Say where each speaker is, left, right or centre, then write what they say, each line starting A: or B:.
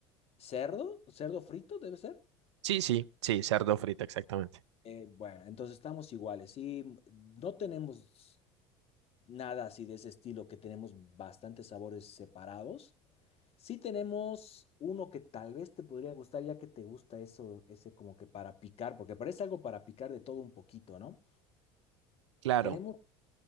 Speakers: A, on the left; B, on the right.
A: cerdo, cerdo frito, debe ser.
B: Sí, sí, sí, cerdo frito, exactamente.
A: Eh, bueno, entonces estamos iguales. Sí, m- no tenemos nada así de ese estilo, que tenemos bastantes sabores separados. Sí tenemos uno que tal vez te podría gustar, ya que te gusta eso, ese como que para picar, porque parece algo para picar de todo un poquito, ¿no?
B: Claro,
A: Tenemos,